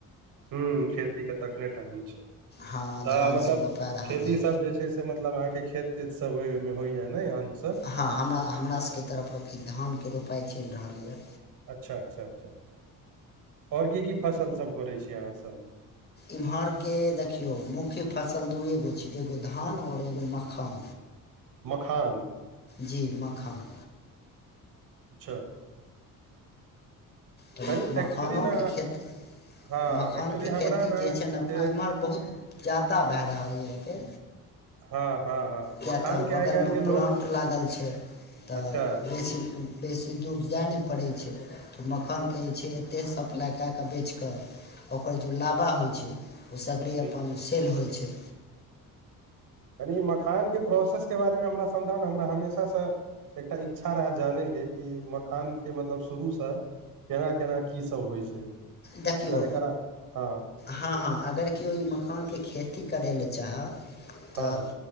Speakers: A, on the right; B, on the left.
A: हुं खेती के त अखने टाइम छै।
B: हँ धान
A: तऽ मतलब
B: सब रोपा रहल
A: खेती
B: अइ
A: सब जे छै स से मतलब अहाँके खेत तेत सब अइ, ओइ मे होइया ने अन्न सब?
B: हँ हमरा हमरा सबके तरफ अथि धानके रोपाइ चलि रहल यऽ
A: अच्छा अच्छा अच्छा आओर की की फसल सब करै छीियै अहाँसभ।
B: इम्हर के देखियो मुख्य फसल दूए गो छै। एगो धान और एगो मखान।
A: मखान।
B: जी मखान
A: अच्छा
B: तऽ
A: कनि
B: मखानोके
A: एक्चुअली ने
B: खेती
A: हँ
B: मखानके
A: एक्चुअली हमरा
B: खेती जे छै। ने अपना
A: से
B: एमहर बहुत ज्यादा भए रहल यऽके
A: हँ हँ हँ
B: किएक
A: मखान
B: तऽ
A: के
B: बगलमे
A: आइ काल्हि के लोग
B: प्लान्ट लागल छै। तऽ
A: अच्छा
B: बेसी। बेसी दूर जाय नहि पड़ै छै। तऽ मखानके जे छै। एते सप्लाइ कए कऽ बेच कऽ ओकर जे लाबा होइ छै ओ सगरे
A: ह
B: अपन सेल होइ छै।
A: यानि ई मखानके प्रोसेस के बारेमे हमरा समझाउ ने हमरा हमेशासँ एकटा इच्छा रहै जानैके कि मखान के मतलब शुरूसँ केना केना की सब होइ छै।
B: देखियौ।
A: अगर एकरा हँ
B: हँ हँ अगर केओ ई मखानके खेती करय लए चाहय तऽ
A: हँ हँ